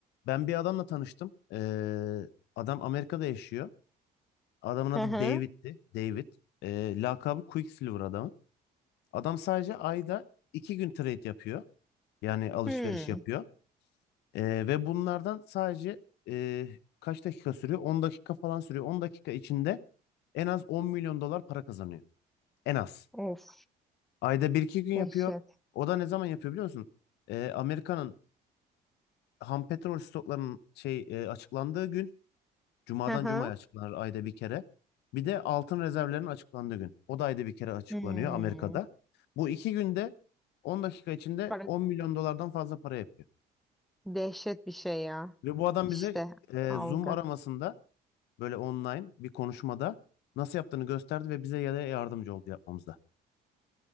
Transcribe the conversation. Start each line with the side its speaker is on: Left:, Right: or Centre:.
Left: ben bir adamla tanıştım. Ee, adam Amerika'da yaşıyor. Adamın adı
Centre: Hı hı.
Left: David'ti. David. Ee, lakabı Quicksilver adamın. Adam sadece ayda iki gün trade yapıyor. Yani alışveriş
Centre: Hmm.
Left: yapıyor. Ee, ve bunlardan sadece e, kaç dakika sürüyor? 10 dakika falan sürüyor. 10 dakika içinde en az 10 milyon dolar para kazanıyor. En az.
Centre: Of,
Left: Ayda bir iki gün yapıyor.
Centre: dehşet.
Left: O da ne zaman yapıyor biliyor musun? Ee, Amerika'nın ham petrol stoklarının şey e, açıklandığı gün. Cuma'dan
Centre: Hı hı.
Left: Cuma'ya açıklanır ayda bir kere. Bir de altın rezervlerinin açıklandığı gün. O da ayda bir kere açıklanıyor
Centre: Hmm.
Left: Amerika'da. Bu iki günde 10 dakika içinde
Centre: Para...
Left: 10 milyon dolardan fazla para yapıyor.
Centre: Dehşet bir şey ya.
Left: Ve bu adam
Centre: İşte
Left: bize e,
Centre: algı.
Left: Zoom aramasında böyle online bir konuşmada nasıl yaptığını gösterdi ve bize ya da yardımcı oldu yapmamızda.